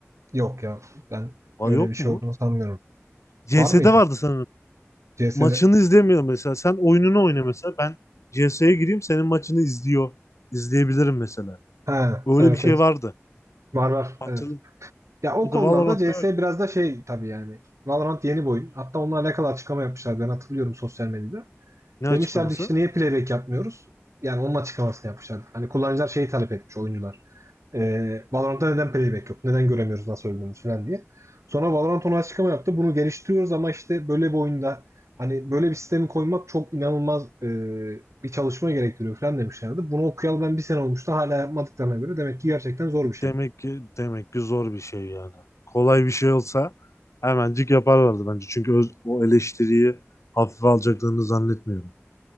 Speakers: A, on the right (about 80°); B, on the left (about 80°).
A: yok ya. Ben
B: Aa,
A: öyle
B: yok
A: bir şey
B: mu?
A: olduğunu sanmıyorum.
B: CS'de
A: Var mıydı?
B: vardı sanırım.
A: CS'de.
B: Maçını izlemiyor mesela. Sen oyununu oyna mesela. Ben CS'ye gireyim senin maçını izliyor. İzleyebilirim mesela.
A: Ha
B: Öyle
A: evet
B: bir şey
A: evet.
B: vardı.
A: Var var.
B: Hatırlıyorum.
A: Evet. Ya o
B: Mesela
A: konularda
B: Valorant'ta
A: CS biraz da şey tabii yani. Valorant yeni bir oyun. Hatta onunla alakalı açıklama yapmışlardı. Ben hatırlıyorum sosyal medyada.
B: ne
A: Demişlerdi
B: açıklaması?
A: ki işte niye playback yapmıyoruz? Yani onun açıklamasını yapmışlardı. Hani kullanıcılar şeyi talep etmiş oyuncular. Ee, Valorant'ta neden playback yok? Neden göremiyoruz nasıl öldüğümüzü falan diye. Sonra Valorant ona açıklama yaptı. Bunu geliştiriyoruz ama işte böyle bir oyunda hani böyle bir sistemi koymak çok inanılmaz e, bir çalışma gerektiriyor falan demişlerdi. Bunu okuyalı ben bir sene olmuştu. Hala yapmadıklarına göre demek ki gerçekten zor bir şey.
B: Demek ki demek ki zor bir şey yani. Kolay bir şey olsa hemencik yaparlardı bence. Çünkü öz- o eleştiriyi hafife alacaklarını zannetmiyorum.